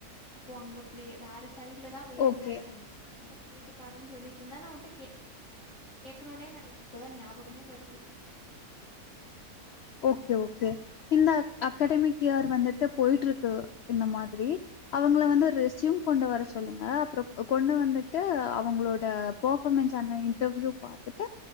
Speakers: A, on the left (about 50°); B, on the left (about 75°).
A: அப்றோ அங்க போயி வேற சைட்லதா வேணும்
B: ஓகே
A: அதோட ட்டுபாருன் சொல்லிட்ருந்த நா உன்ட்ட கே கேக்கனோனே எனக்கு இப்போதா ஞாபகமே வருது <inaudible>
B: ஓகே ஓகே இந்த அகாடமிக் இயர் வந்துட்டு போயிட்ருக்கு இந்த மாதிரி அவங்கள வந்து ரெஸ்யூம் கொண்டு வர சொல்லுங்க அப்றோ கொண்டு வந்துட்டு அவங்களோட ஃபெர்பாமன்ஸ் ஆன இன்டர்வியூ பாத்துட்டு